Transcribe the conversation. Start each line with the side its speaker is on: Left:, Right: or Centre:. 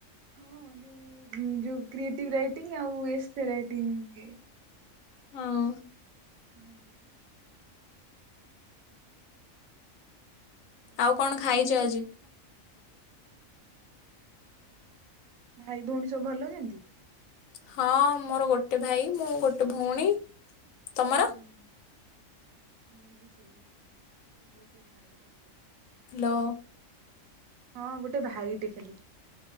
Right: ହଁ ଯୋଉ ଯୋଉ କ୍ରିଏଟିଭ ରାଇଟିଂ ଆଉ ଏସେ ରାଇଟିଙ୍ଗ।
Left: ହଁ।
Right: ହୁଁ। ହଉ ତମ
Left: ଆଉ କଣ
Right: ଭାଇ
Left: ଖାଇଛ
Right: ଭଉଣୀ
Left: ଆଜି?
Right: ସବୁ କଣ? ଭାଇ ଭଉଣୀ ସବୁ ଭଲ ଅଛନ୍ତି।
Left: ହଁ ମୋର ଗୋଟେ ଭାଇ ମୁଁ ଗୋଟେ ଭଉଣୀ ତମର?
Right: ହୁଁ ମୁଁ ବି ସେଇ ଗୋଟେ ଭାଇଟେ।
Left: ହ୍ୟାଲୋ।
Right: ହଁ ଗୋଟେ ଭାଇଟେ ଖାଲି।